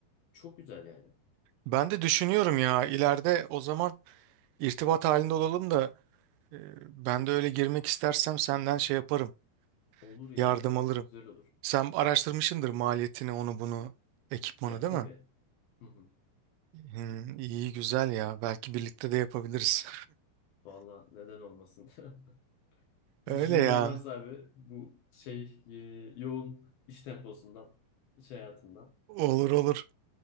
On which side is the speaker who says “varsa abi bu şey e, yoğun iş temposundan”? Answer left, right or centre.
Left